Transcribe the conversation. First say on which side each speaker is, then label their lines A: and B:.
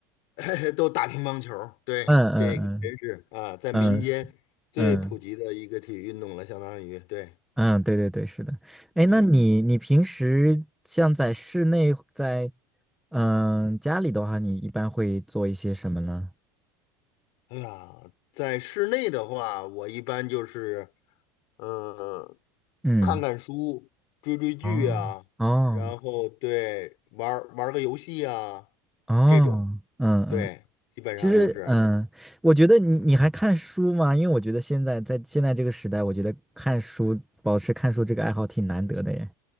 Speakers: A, on the left (about 65°); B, in the centre.
A: <laughs> 都打乒乓球儿对，
B: 嗯嗯
A: 这个真是啊，在民间最普及的一个体育运动了，
B: 嗯嗯嗯。
A: 相当于对，
B: 嗯，对对对，是的。哎，
A: 嗯，
B: 那你你平时像在室内，在嗯、家里的话，你一般会做一些什么呢？
A: 哎呀，在室内的话，我一般就是嗯，
B: 嗯，
A: 看看书、追追剧啊，
B: 哦哦
A: 然后对玩儿玩儿个游戏啊，
B: 哦，
A: 这种，
B: 嗯嗯，
A: 对，基本上就是，
B: 其实嗯，我觉得你你还看书吗？因为我觉得现在在现在这个时代，我觉得看书保持看书这个爱好挺难得的耶。